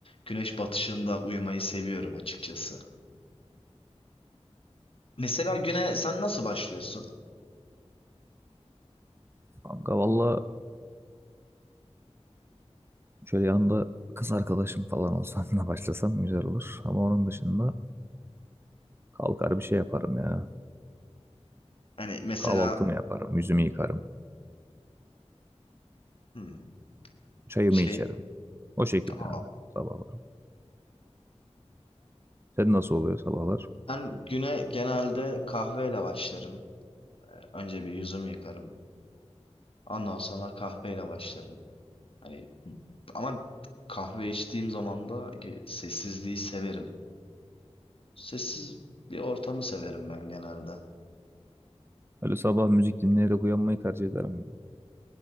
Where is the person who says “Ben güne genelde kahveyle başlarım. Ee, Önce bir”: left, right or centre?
Left